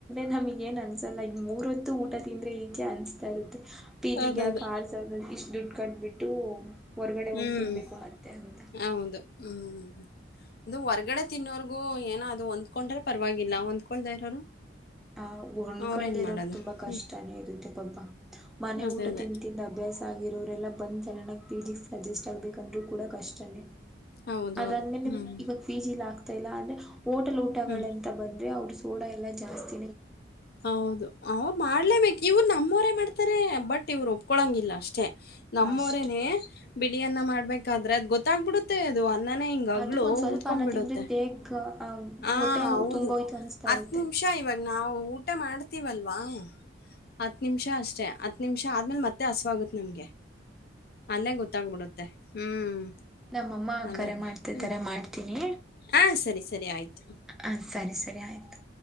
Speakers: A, in the centre; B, on the left.
A: ನಮಗ್ ಏನ್ ಅನ್ಸಲ್ಲ ಈಗ ಮೂರ್ ಹೊತ್ತು ಊಟ ತಿಂದ್ರೆ ಈಚೆ ಅನ್ಸ್ತಾ ಇರುತ್ತೆ. ಪೀಜಿಗೆ
B: ಅದದು.
A: ಕಾರ್ಸ ಇಷ್ಟ್ ದುಡ್ಡು ಕಂಡ್ಬಿಟ್ಟು. ಹೊರ್ಗಡೆ
B: ಹ್ಮ್.
A: ಹೋಗ್ ತಿನ್ಬೇಕು ಮತ್ತೆ ಅಂತ.
B: ಹೌದು. ಹ್ಮ್ ಅದು ಹೊರ್ಗಡೆ ತಿನ್ನೋರ್ಗೂ ಏನ ಅದು ಹೊಂದ್ಕೊಂಡ್ರ ಪರವಾಗಿಲ್ಲ ಒಂದ್ಕೊಳ್ದೇ ಇರೋರು.
A: ಆ ಒಣ್ಕಳ್ದ
B: ಅವ್ರೇನ್
A: ಇರೋದು
B: ಮಾಡೋದು
A: ತುಂಬಾ ಕಷ್ಟನೇ
B: ಹ್ಮ್
A: ಇತ್ತೆ ಪಪ. ಮನೆ
B: ಅದೇ
A: ಊಟ
B: ಅದೇ.
A: ತಿಂದ್ ತಿಂದ್ ಅಭ್ಯಾಸ ಆಗಿರೋರೆಲ್ಲ. ಬಂದ್ ಸಡನ್ ಫಿಜಿಕ್ಸ್ ಅಡ್ಜಸ್ಟ್ ಆಗ್ಬೇಕ್ ಅಂದ್ರು ಕೂಡ ಕಷ್ಟನೇ.
B: ಹೌದೌದು
A: ಅದಾದ್ಮೇಲೆ
B: ಹ್ಮ್
A: ಇವಾಗ ಪಿ ಜಿ ಇಲ್ಲ ಆಗ್ತಾ ಇಲ್ಲ ಅಂದ್ರೆ. ಹೋಟೆಲ್ ಉಟಗಳಂತ
B: ಹ್ಮ್
A: ಬಂದ್ರೆ ಅವರು ಸೋಡಾ ಎಲ್ಲ ಜಾಸ್ತಿ.
B: ಹೌದು ಅವ್ ಮಾಡ್ಲೇಬೇಕು ಇವ್ರು ನಮ್ಮವರೇ ಮಾಡ್ತಾರೆ ಬಟ್. ಇವ್ರು ಒಪ್ಕೊಳಂಗಿಲ್ಲ ಅಷ್ಟೇ ನಮ್ಮವರೇನೆ
A: ಅಷ್ಟೆ
B: ಬಿಳಿಯನ್ನ ಮಾಡ್ಬೇಕಾದ್ರೆ ಗೊತ್ತ ಗೊತ್ತಾಗಬಿಡುತ್ತೆ ಅದು ಅನ್ನನ ಹಿಂಗಗ್ಳ
A: ಅದು ಒಂದ್ ಸ್ವಲ್ಪ
B: ಊದ್ಕೊ್ಬಿಡುತ್ತೆ.
A: ಅನ್ನ ತಿಂದ್ರೆ ದೇಹಕ್
B: ಹ
A: ಹೊಟ್ಟೆ
B: ಹೌದು
A: ತುಂಬೋಯ್ತು ಅನ್ಸ್ತಾ
B: ಹತ್
A: ಇರುತ್ತೆ
B: ನಿಮಿಷ ಇವಾಗ ನಾವು ಊಟ ಮಾಡ ವಲ್ವಾ ಹತ್ ನಿಮಿಷ ಅಷ್ಟೇ ಹತ್ ನಿಮಿಷ ಆದ್ಮೇಲೆ ಮತ್ತೆ ಹಸವಾಗುತ್ತೆ ನಮ್ಗೆ. ಅಲ್ಲೇ ಗೊತ್ತಾಗ್ಬಿಡುತ್ತೆ ಹ್ಮ್
A: ನಮ್ಮಮ್ಮ ಆ
B: ಅದೇ
A: ಕರೆ
B: ಅದೇ.
A: ಮಾಡ್ತಾ ಇದ್ದಾರೆ
B: ಹ್ಮ್.
A: ಮಾಡ್ತೀನಿ.
B: ಆ! ಸರಿ, ಸರಿ ಆಯಿತು.
A: ಹ ಸರಿ ಸರಿ ಆಯ್ತು.